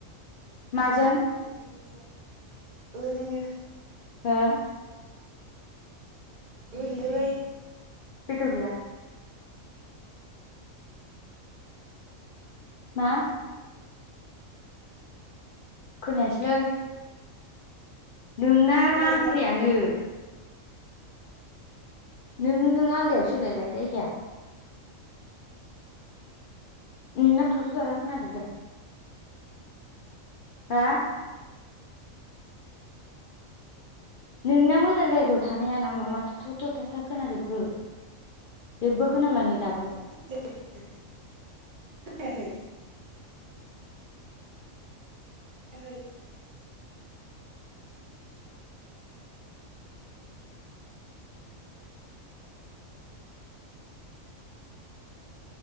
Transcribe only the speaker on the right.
ओरैनो गोजा ओरैनो
ओरिनोलै
मा
<unintelligible> <unintelligible>